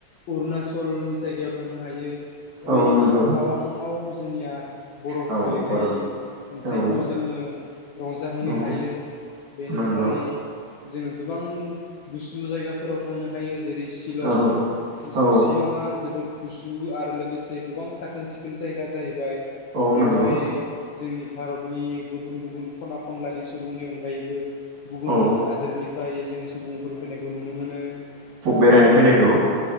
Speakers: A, on the left; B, on the right.
A: अरुणाचलनि जायगायाव थांनो हायो हायो
B: औ
A: बैनि
B: नंगौ
A: टावांआव जोंनिया बरफ
B: औ
A: गोलैनाय
B: बरोब
A: नुथायखौ
B: औ
A: जोङो रंजाहैनो
B: औ
A: हायो बेनिफ्राय
B: नंगौ
A: जों गोबां गुसु जायगाफोराव थांनो हायो जेरै शिलं
B: औ
A: सिशिलंआ
B: औ
A: जोबोद गुसु आरो लोगोसे गोबां साखोन सिखोन जायगा जाहैबाय
B: औ
A: बेवहाय
B: नंगौ
A: जोंनि भारतनि गुबुन गुबुन खना खनलानि सुबुंनि अनगायैबो गुबुन
B: औ
A: हादोरनिफ्राय जों सुबुंफोर फैनायखौ नुनो मोनो
B: बेरायनो
A: आरो
B: फैनायखौ